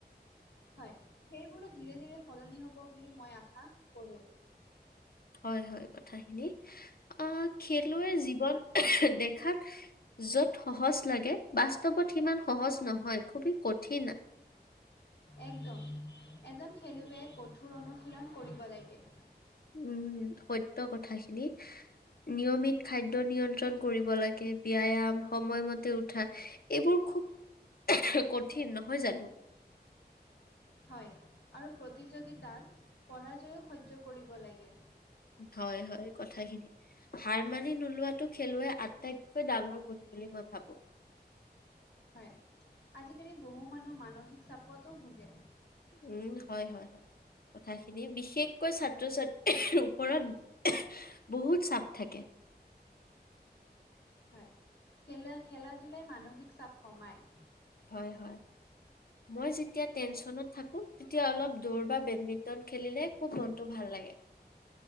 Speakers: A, on the left (about 80°); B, on the left (about 60°).
A: হয়, সেইবোৰো ধীৰে ধীৰে সলনি হ'ব বুলি মই আশা কৰো।
B: হয়, হয়, কথাখিনি। আ খেলুৱৈ জীৱন দেখাত য'ত সহজ লাগে বাস্তৱত সিমান সহজ নহয় খুবেই কঠিন।
A: একদম এজন খেলুৱৈয়ে কঠোৰ অনুশীলন কৰিব লাগে।
B: উম, সত্য কথাখিনি। নিয়মিত খাদ্য নিয়ন্ত্ৰণ কৰিব লাগে, ব্যায়ম সময়মতে উঠা। এইবোৰ খুব কঠিন নহয় জানো।
A: হয়, আৰু প্ৰতিযোগিতাত পৰাজয়ো সহ্য কৰিব লাগে।
B: হয়, হয়, কথাখিনি। হাৰমানি নোলোৱটো খেলুৱৈ আটাইতকৈ ডাঙৰ গুণ বুলি মই ভাবো।
A: হয়, আজিকালি বহু মানুহ মানসিক চাপতো ভোগে।
B: উম, হয়, হয়। কথাখিনি বিশেষকৈ ছাত্ৰ ছাত্ৰীৰ ওপৰত বহুত চাপ থাকে।
A: হয়, খেলুৱৈৰ খেলা ধূলাই মানসিক চাপ কমাই।
B: হয়, হয়। মই যেতিয়া টেনচনত থাকো। তেতিয়া অলপ দৌৰ বা বেডমিন্টন খেলিলে খুব মনটো ভাল লাগে।